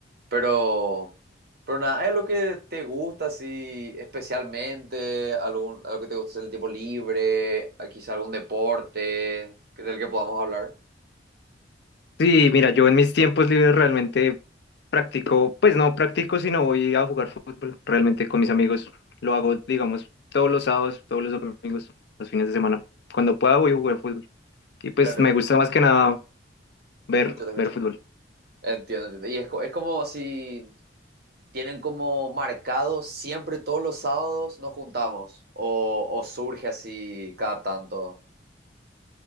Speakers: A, on the right; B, on the left.
A: Pero, pero nada, ¿hay algo que te gusta así especialmente? ¿Algún, algo que te gusta hacer en el tiempo libre? ¿A ¿Quizá algún deporte que- del que podamos hablar?
B: Sí, mira, yo en mis tiempos libres realmente practico, pues no practico, sino voy a jugar fútbol. Realmente con mis amigos lo hago, digamos, todos los sábados, todos los domingos, los fines de semana. Cuando pueda voy a jugar fútbol. Y pues
A: Claro,
B: me gusta más que nada ver,
A: te escucho, te escucho.
B: ver fútbol.
A: Entiendo, entiendo. Y es, co- es como si tienen como marcado siempre todos los sábados nos juntamos o, o surge así cada tanto.